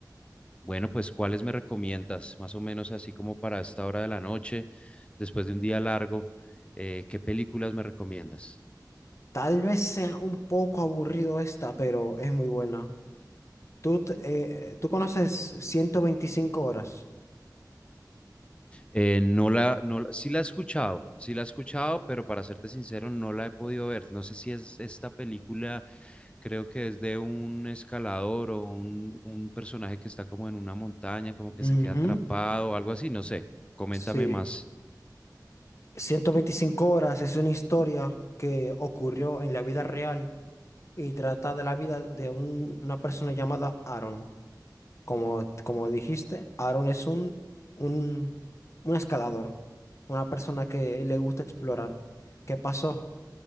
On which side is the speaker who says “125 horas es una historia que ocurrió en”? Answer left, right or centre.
Left